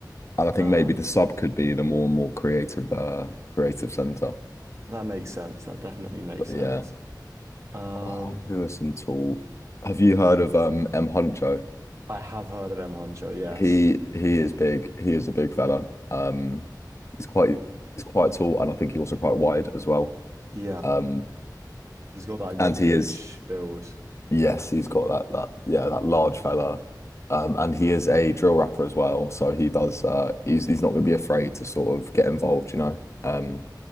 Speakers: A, on the left; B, on the right.
A: and I think
B: Um,
A: maybe the sub could be the more more creative uh creative center.
B: that makes sense. That definitely makes
A: But
B: sense.
A: yeah,
B: Um,
A: oh, who are some tall? Have you heard of um M Huncho?
B: I have heard of M. Huncho, yes.
A: He he is big. He is a big fella. Um, he's quite he's quite tall, and I think he's also quite wide as well.
B: Yeah,
A: Um,
B: he's got that Jokic
A: and he is
B: build.
A: yes, he's got that that yeah that large fella. Um, and he is a drill rapper as well, so he does. Uh, he's he's not going to be afraid to sort of get involved, you know. Um,